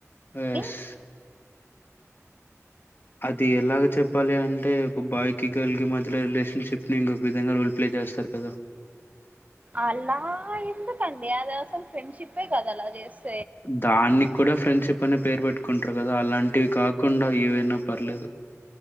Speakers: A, on the right; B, on the left.
A: మీన్స్
B: ఎస్ అది ఎలాగ చెప్పాలి అంటే ఒక బాయ్ కి గర్ల్ కి మధ్యలో రిలేషన్షిప్ని ఇంకొక విధంగా ప్లే చేస్తారు కదా
A: అలా ఎందుకండి అది అసలు ఫ్రెండ్షిప్ కాదు అలా చేస్త
B: దాన్ని కూడా ఫ్రెండ్షిప్ అనే పేరు పెట్టుకుంటారు కదా అలాంటివి కాకుండా ఏవైనా పర్లేదు